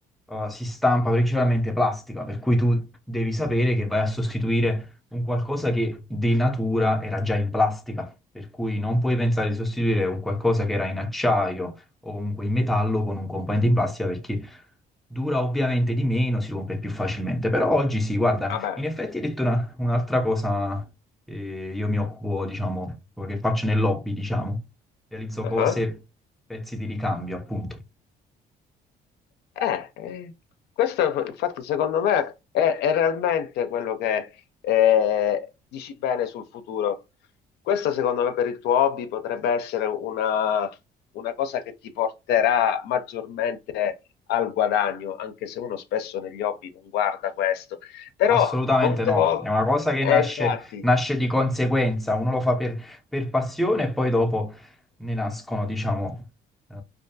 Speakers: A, in the centre; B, on the left.
A: eh, si stampa principalmente plastica, per cui tu devi sapere che vai a sostituire un qualcosa che di natura era già in plastica, per cui non puoi pensare di sostituire un qualcosa che era in acciaio o comunque in metallo con un componente in plastica perché dura ovviamente di meno, si rompe più facilmente. Però oggi sì, guarda,
B: Vabbè,
A: in effetti hai detto una- un'altra cosa che io mi occupo, diciamo, che faccio nel lobby, diciamo, realizzo
B: Ah.
A: cose, pezzi di ricambio, appunto.
B: Eh, eh, questo infatti secondo me è, è realmente quello che eh, dici bene sul futuro. Questa secondo me per il tuo hobby potrebbe essere una, una cosa che ti porterà maggiormente al guadagno, anche se uno spesso negli hobby non guarda questo. Però
A: Assolutamente
B: molte
A: no,
B: volte,
A: è una cosa che
B: eh,
A: nasce,
B: infatti.
A: nasce di conseguenza, uno lo fa per, per passione e poi dopo ne nascono, diciamo, eh,